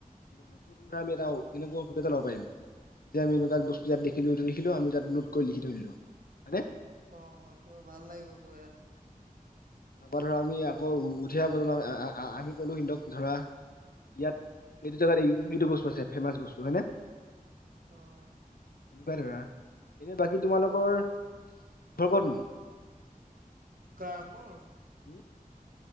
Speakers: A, on the left; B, on the right.
A: নতুন ধৰা আমি এটা এনেকোৱা অভিজ্ঞতা লব পাৰিম যে আমি এ নেকোৱাত বস্তু ইয়াত দেখিলো এইটো লিখিলো আমি তাত নোট কৰি লিখি থৈ দিলো হয় নে।
B: অ অ এইটো ভাল লাগিব গৈ আৰু
A: তাৰপৰা ধৰা আমি আকৌ উঠি অহা প্ৰজন্মক আ আ আমি কলো সিতক ধৰা। ইয়াত এইটো জেগাত এই এইটো বস্তু আছে ফেমাচ বস্তু হয়নে।
B: অহ
A: এনেকোৱাই ধৰা এনে বাকী তোমালোকৰ। ঘৰ ক'তনো?
B: কা মোৰ
A: উম